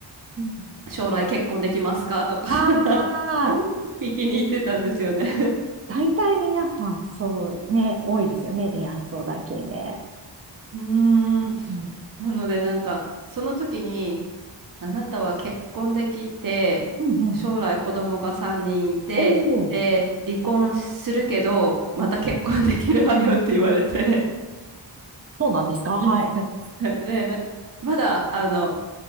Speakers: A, on the right (about 30°); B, on the right (about 45°).
A: うん、
B: 将来結婚できますかとか
A: ああー、
B: <laughs> 聞きに行ってたんですよね。
A: 大体皆さん、そうね、多いですよね。恋愛相談系ね。
B: うーん。
A: うん。
B: なのでなんか、その時に、あなたは結婚できて、
A: うんうん。
B: 将来子供が3人いて、
A: おお
B: で、離婚するけど、また結婚できるわよって言われて、
A: そうなんですかはい。
B: うん
A: うん
B: <laughs> で、な、まだ、あの、